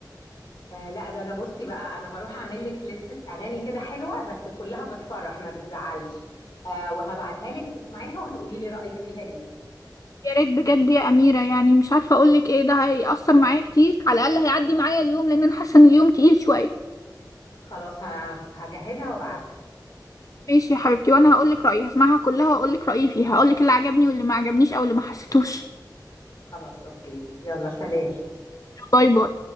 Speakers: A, on the left (about 75°); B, on the left (about 50°).
A: آه لا ده انا بصي بقى انا هروح اعمل لك لستة اغاني كده حلوة بس كلها بتفرح ما بتزعلش آه وهبعتها لك تسمعيها وتقولي لي رأيك فيها ايه
B: يا ريت بجد يا أميرة يعني مش عارفة أقولك إيه ده هيأثر معايا كتير على الأقل هيعدي معايا اليوم لأن أنا حاسة إن اليوم تقيل شوية
A: خلاص ه- هجهزها وابعتها
B: ماشي يا حبيبتي وانا هقولك رأيي هسمعها كلها واقولك رأيي فيها هقولك اللي عجبني واللي ما عجبنيش او اللي ما حسيتوش
A: خلاص اوكي يلا سلام
B: باي باي